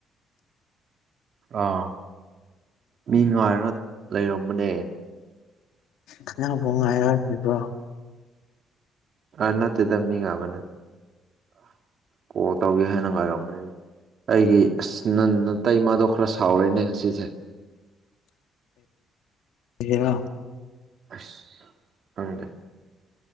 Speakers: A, on the right (about 55°); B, on the left (about 80°).
A: ꯑꯥ ꯃꯤ ꯉꯥꯏꯔꯒ ꯂꯩꯔꯝꯕꯅꯦ
B: ꯀꯅꯕꯨ ꯉꯉꯥꯏꯔꯝꯃꯤꯕ
A: ꯑꯥ ꯅꯠꯇꯦꯗ ꯃꯤ ꯉꯥꯛꯕꯅ ꯀꯣꯜ ꯇꯧꯒꯦ ꯍꯥꯏꯅ ꯉꯥꯏꯔꯝꯕꯅꯤꯅꯦ ꯑꯩꯒꯤ ꯑꯁ ꯅ ꯅꯇꯩꯃꯗꯣ ꯈꯔ ꯁꯥꯎꯔꯦꯅꯦ ꯉꯁꯤꯁꯦ
B: ꯀꯔ
A: ꯑꯁ ꯈꯩꯗꯦ